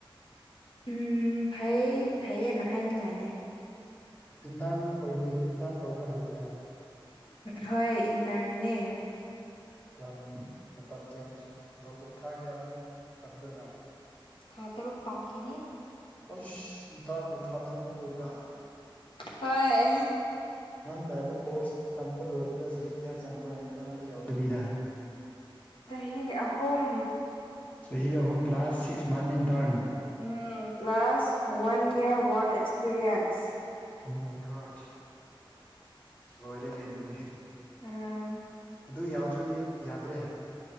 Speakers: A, on the left; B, on the left.
A: ꯎꯝ ꯐꯩ ꯐꯩꯌꯦꯅ ꯍꯥꯏꯅꯤꯡꯉꯥꯏꯅꯤ
B: ꯏꯟꯇꯔꯟ ꯑꯣꯏꯕꯒꯤ ꯏꯟꯇꯔꯟ ꯇꯧꯕ꯭ꯔꯥ ꯍꯧꯖꯤꯛꯀꯥꯟ
A: ꯍꯣꯏ ꯏꯟꯇꯔꯟꯅꯦ
B: ꯀꯌꯥꯝ ꯃꯇꯝ ꯀꯌꯥꯝ ꯂꯧꯕ ꯊꯥ ꯀꯌꯥꯃꯨꯛ ꯆꯪꯗꯣꯏꯅꯣ
A: ꯊꯥ ꯇꯔꯨꯛ ꯇꯝꯈꯤꯅꯤ
B: ꯑꯣꯏꯁ ꯏꯟꯇ꯭ꯔꯟꯕꯨ ꯊꯥ ꯇꯔꯨꯛꯃꯨꯛ ꯑꯣꯏꯕ
A: ꯍꯣꯏ
B: ꯅꯪꯅ ꯑꯗꯨ ꯀꯣꯔ꯭ꯁ ꯇꯝꯕ ꯂꯣꯏꯕꯗ ꯆꯍꯤ ꯀꯌꯥ ꯆꯪꯕ꯭ꯔꯥ ꯏꯟꯇꯔꯟꯗꯣ ꯌꯥꯎꯗꯕꯤꯗ
A: ꯆꯍꯤ ꯑꯍꯨꯝ
B: ꯆꯍꯤ ꯑꯍꯨꯝ ꯀ꯭ꯂꯥꯁ ꯁꯤꯛꯁ ꯃꯟ ꯏꯟꯇꯔꯟ
A: ꯎꯝ plus one year work experience
B: ꯑꯣꯃꯥꯏꯒꯣꯠ ꯂꯣꯏꯔꯦꯅꯦ ꯑꯗꯨꯗꯤ
A: ꯎꯝ
B: ꯑꯗꯨ ꯌꯥꯎꯗ꯭ꯔꯗꯤ ꯌꯥꯗ꯭ꯔꯦ